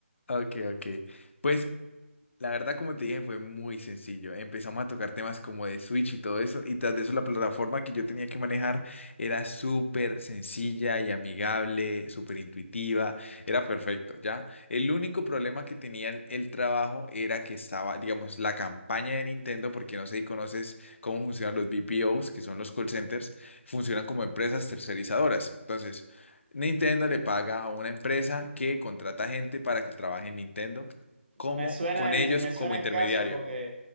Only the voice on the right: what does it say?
Me suena
el,
eh, me
suena el
caso porque